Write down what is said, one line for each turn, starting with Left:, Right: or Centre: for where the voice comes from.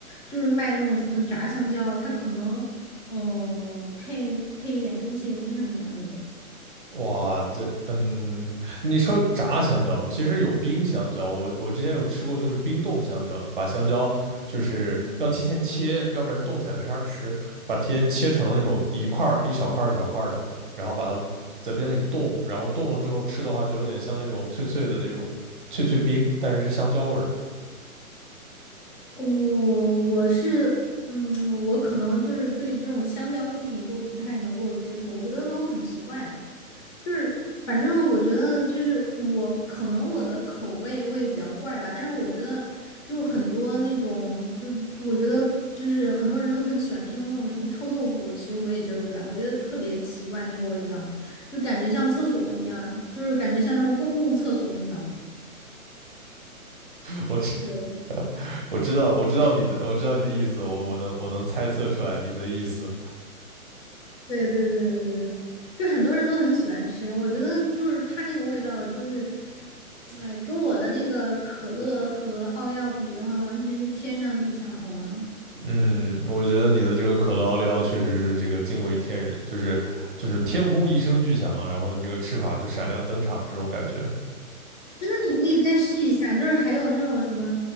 Left: 就是卖那种什么炸香蕉，它可能嗯、呃配配一点冰淇淋什么的那种。
Right: 哇，这，嗯，你说炸香蕉，其实有冰香蕉，我我之前有吃过，就是冰冻香蕉，就把香蕉就是要提前切，要不然冻起来没法吃，就把提前切成那种一块儿一小块儿一小块儿的，然后把它在冰箱里冻，然后冻了之后吃的话，就有点像那种脆脆的那种脆脆冰，但是是香蕉味儿的。
Left: 哦，我是，嗯，我可能就是对这种香蕉制品都不太能够接受，我觉得都很奇怪。就是反正我觉得就是我可能我的口味会比较怪吧，但是我觉得就很多那种就是我觉得就是很多人都很喜欢吃的那种什么臭豆腐，其实我也接受不了，我觉得特别奇怪那个味道，就感觉像厕所一样，就是感觉像这种公共厕所，你知道吗？
Right: <laughs> 我知
Left: 对
Right: <laughs> 我知道我知道你的我知道你的意思，我我能我能猜测出来你的意思。
Left: 对对对对对，就很多人都很喜欢吃，我觉得就是它那个味道，就是，哎，跟我的那个可乐和奥利奥比的话，完全是天上地下，好吗？
Right: 嗯，我觉得你的这个可乐奥利奥确实是这个惊为天人，就是就是天空一声巨响，然后你这个吃法就闪亮登场这种感觉。
Left: 你可以再试一下，就是还有那种什么